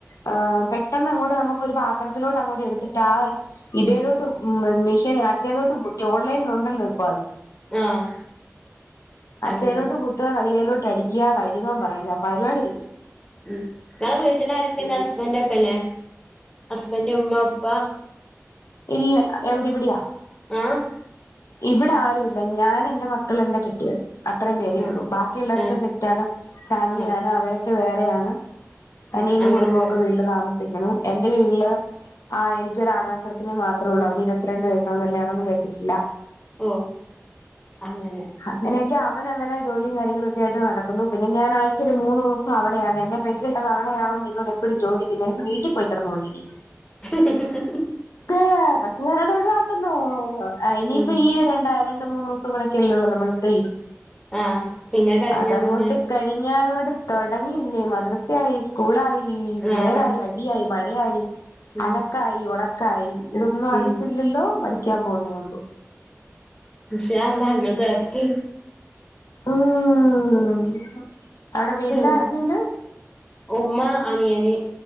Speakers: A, on the left; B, on the left.
A: ആഹ് പെട്ടെന്ന്അങ്ങോട്ട് നമുക്കൊരുപാത്രത്തിലോട്ട് അങ്ങോട്ട് എടുത്തിട്ടാ ആഹ്. ഇതേലോട്ട് മീഷീന് അച്ചേലോട്ട് മൂക്കി ഓൺലൈൻലുണ്ടല്ലോ ഇപ്പൊ അത്.
B: ആഹ്.
A: അച്ചേലോട്ട്
B: അങ്ങനെ
A: കുത്തുക കയ്യേലോട്ട് അടിക്കുക കഴുകാൻ പറയാ പരിപാടി തീരും.
B: ഉം നിഞങ്ങളെ വീട്ടിലാരൊക്കെയാ
A: ഉം
B: ഉള്ളേ ഹസ്ബൻഡ് ഒക്കെ യില്ലേ ഹസ്ബൻഡ്, ഉമ്മ, ഉപ്പ.
A: ഇല്ല എവിടെ ഇവിടെയാ
B: ആഹ്
A: ഇവിട ആരും ഇല്ല. ല്ല ഞാന് എന്റെ മക്കള്, എന്റെ കെട്ടിയോൻ. അത്രയും പേരേ
B: ഉം
A: ഉള്ളൂ ബാക്കിയു ള്ളവരൊക്കെ
B: ഉം
A: സെറ്റ് ആണ് ഫാമിലിയാണ്
B: ആഹ്
A: അവരൊക്കെ വേറെയാണ്.
B: ഉം
A: അനിയനും
B: അങ്ങനെ
A: കുടുംബൊക്കെ
B: പോയി
A: വീട്ടില് താമസിക്ക്ണു എന്റെ വീട്ടില് ആഹ് എനിക്ക് ഒരു അങ്ങള ചെറുക്ക നു മാത്രേ ഉള്ളൂ അവന് ഇരുപത്തി രണ്ട് വയസ്സ് അവൻ കല്യാണമൊന്നും കഴിച്ചിട്ടില്ല.
B: ഓഹ് അങ്ങനെ.
A: അങ്ങനെയൊക്കെ അവൻ അങ്ങനെ ജോലിയും കാര്യങ്ങളൊക്കെ ആയിട്ട് നടക്കുന്നു പിന്നെ ഞാൻ ആഴ്ച്ചേ ഒരു മൂന്ന് ദിവസം. അവിടെയാണ് എന്നെ പെറ്റിട്ടത് അവിടെയാണോന്ന് എന്നോട് എപ്പോഴും ചോദിക്കുന്നു നിനക്ക് വീട്ടിൽ പോയി കിടന്നുടെടീ.
B: ആഹാ അഹ്
A: ഏഹ് പക്ഷെ ഞാൻ അത് ഒഴിവാക്കുന്നു ഇനിയിപ്പോ
B: ഉം
A: ഈ രണ്ട് രണ്ട് മൂന്ന് ദിവസം. കൂടിയൊക്കെള്ളോ നമ്മള് ഫ്രീ
B: ആഹ് പിന്നെ കഴിഞ്ഞാ
A: അതങ്ങോട്ട്.
B: പിന്നെ
A: കഴിഞ്ഞ അങ്ങോട്ട് തുടങ്ങിയില്ലേ മദ്രസയായി. സ്കൂളായി, പിള്ളേരായി,
B: ആഹ്
A: അടിയായി, മഴയായി,
B: ഉം
A: അലക്കായി, ഉണക്കാ ക്കായ ഇതൊന്നും അറിയത്തില്ലല്ലോ
B: ഉം
A: പഠിക്കാൻ പോന്നേ ഉള്ളൂ.
B: വിഷായങ്ങതർത്തി.
A: ഉം അവിടെ വീട്ടിൽ
B: ഉം.
A: ആരൊക്കെയുണ്ട്
B: ഉമ്മ, അനിയന്